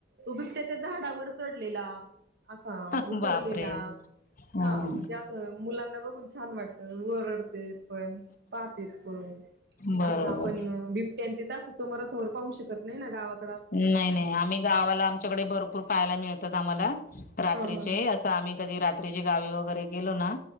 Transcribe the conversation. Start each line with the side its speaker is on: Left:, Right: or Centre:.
Right: तो बिबट्या त्या झाडावर चढलेला. असा
Left: हा
Right: उतरलेला
Left: बापरे हम्म
Right: हा मग ते असं मुलांना बघून छान वाटत. वरडत पण पाहेत पण
Left: बरोबर
Right: असं आपण बिबट्या त समोरासमोर पाहू शकत नाही ना गावात.
Left: नाही नाही आम्ही गावाला आमच्याकडे भरपूर पाहायला मिळतात आम्हाला रात्रीचे
Right: हा हा
Left: असं आम्ही कधी रात्रीचे गावी वगैरे गेलो ना.